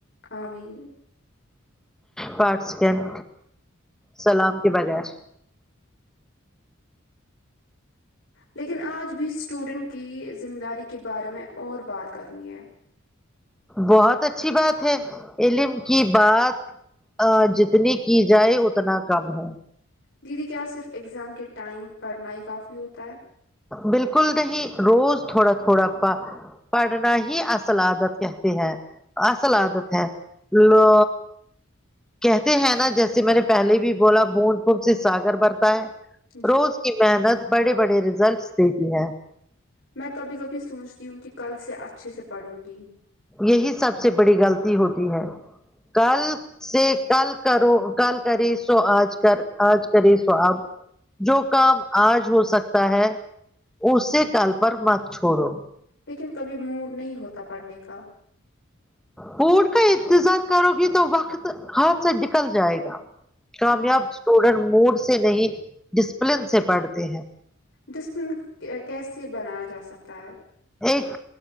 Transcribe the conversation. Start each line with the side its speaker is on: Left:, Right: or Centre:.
Left: آمین
Centre: پارٹ سیکنڈ سلام کے بغیر
Left: لیکن آج بھی اسٹوڈنٹ کی ذمہ داری کے بارے میں اور بات کرنی ہے
Centre: بہت اچھی بات ہے علم کی بات ا جتنی کی جائے اتنا کم ہے
Left: دیدی کیا صرف اگزام کے ٹائم پڑھنا ہی کافی ہوتا ہے
Centre: بالکل نہیں روز تھوڑا تھوڑا پا پڑھنا ہی اصل عادت کہتے ہیں اصل عادت ہے لا
Left: ہوں
Centre: کہتے ہیں نا جیسے میں نے پہلے بھی بولا بند پ سے ساگر برتا ہے
Left: جی
Centre: روز کی محنت بڑے بڑے ریزلٹس دیتی ہے
Left: میں کبھی کبھی سوچتی ہوں کہ کل سے اچھے سے پڑھوں گی
Centre: یہی سب سے بڑی غلطی ہوتی ہے کل سے کل کرو کل کری سو آج کر آج کری سو آپ جو کام آج ہو سکتا ہے اسی کال پر مت چھوڑو
Left: لیکن کبھی موڈ نہیں ہوتا پڑھنے کا
Centre: بوٹ کا انتظار کرو گی تو وقت ہاتھ سے نکل جائے گا
Left: ہوں
Centre: کامیاب اسٹوڈنٹ موڈ سے نہیں ڈسپلن سے پڑھتے ہیں
Left: ڈسپلن کیسے بنایا جا سکتا ہے
Centre: ایک